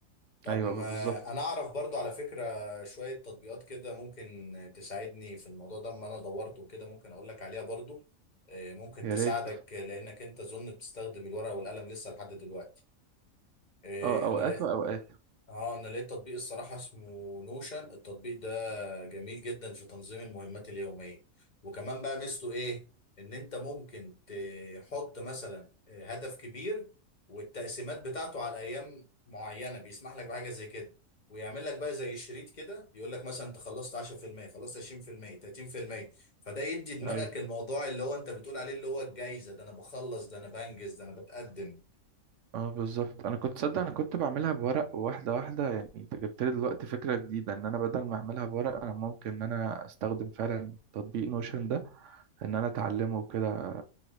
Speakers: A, on the left (about 35°); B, on the right (about 65°).
A: طب
B: ايوه
A: ما
B: بالظبط
A: انا اعرف برضو على فكره شويه تطبيقات كده ممكن تساعدني في الموضوع ده اما انا دورت وكده ممكن اقول لك عليها برضو آه، ممكن
B: يا
A: تساعدك
B: ريت
A: لانك انت اظن بتستخدم الورقه والقلم لسه لحد دلوقتي آه،
B: اه اوقات
A: انا لقيت
B: واوقات
A: اه انا لقيت تطبيق الصراحه اسمه نوشن التطبيق ده جميل جدا في تنظيم المهمات اليومية وكمان بقى ميزته ايه ان انت ممكن تحط مثلا هدف كبير والتقسيمات بتاعته على ايام معينة بيسمح لك بحاجة زي كده ويعمل لك بقى زي شريط كده يقول لك مثلا انت خلصت 10% خلصت 20% 30% فده يدي دماغك
B: ايوه
A: الموضوع اللي هو انت بتقول عليه اللي هو الجايزة ده انا بخلص ده انا بنجز ده انا بتقدم
B: اه بالظبط انا كنت صدق انا كنت بعملها بورق واحده واحده يعني انت جبت لي دلوقتي فكره جديده ان انا بدل ما اعملها بورق انا ممكن ان انا استخدم فعلا تطبيق نوشن ده ان انا اتعلمه وكده